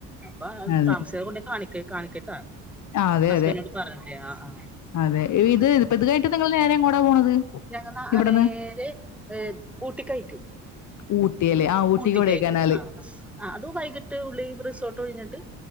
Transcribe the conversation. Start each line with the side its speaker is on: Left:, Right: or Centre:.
Centre: അപ്പൊ
Left: അതെ.
Centre: താമസിയക്കാതെ കൊണ്ട് കാണിക്ക് കാണിക്കട്ടാ
Left: ആ അതെ
Centre: ഹസ്ബൻഡിനോട്
Left: അതെ
Centre: പറഞ്ഞിട്ടേ ആ ആ
Left: അതെ ഇ ഇ ഇതായിട്ട് നിങ്ങൾ നേരെ എങ്ങോടാ പോണത്
Centre: ഞാൻ
Left: ഇവിടുന്ന്?
Centre: നേരെ ഏർ ഊട്ടിക്കായിരിക്കും
Left: ഊട്ടിയല്ലേ? ആ ഊട്ടി
Centre: ഊട്ടിക്കയക്കും
Left: കൊടൈക്കനാല്.
Centre: ആ അത് വൈകിട്ട് ഉള്ളിൽ റിസോർട്ട് ഒഴിഞ്ഞിട്ട്